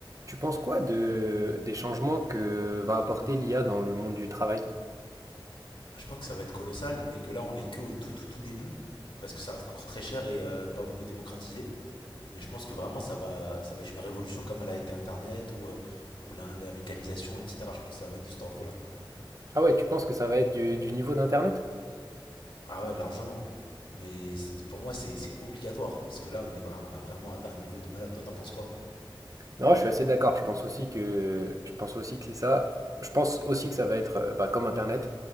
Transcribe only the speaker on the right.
Tu penses quoi de, des changements que va apporter l'IA dans le monde du travail?
Ah ouais, tu penses que ça va être du, du niveau d'Internet?
Non, je suis assez d'accord. Je pense aussi que, je pense aussi que c'est ça. Je pense aussi que ça va être euh, bah, comme Internet.